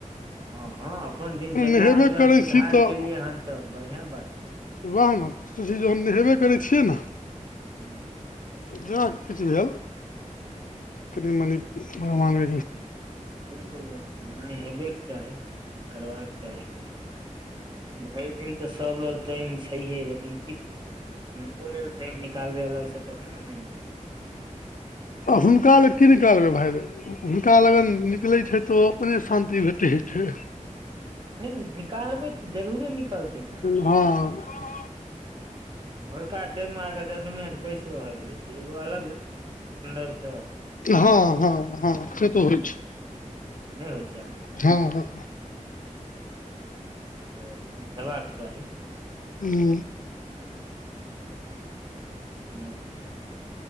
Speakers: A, on the right (about 35°); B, on the left (about 80°).
A: ह ह अपन दिनचर्यामे
B: नहेबे
A: जहन
B: करै
A: सुधार
B: छी तऽ
A: केलियै हन तऽ बढ़िआ बात छै ने
B: वएह ने सोची जहन नहेबे करै छियै न
A: हू।
B: त जाके किछु भेल कनि मनि भगवान
A: बिल्कूल बिल्कूल हेबेके चाही करबाक चाही भरि दिन तऽ सभ लग टाइम छैहे लेकिन किछ हुनको लेलऽ टाइम निकालबै अलग से तहन ने मन
B: अखुनका लऽ कि निकलबै भाय हुनका लगन निकलै छै तऽ ओ अपने शान्ति भेते छै
A: नहि निकालबै तऽ जरूरे निकलतै न
B: ह
A: भोरका टाइम मे आ के दस मिनट बैस रहल यै तऽ एगो अलग अन्दरसँ मन
B: ह
A: भए जाइ
B: ह ह से तो होई छै
A: नहि होई छै
B: ह ह
A: तऽ हेबाक चाही
B: हू।
A: <inaudible> को दऽ करत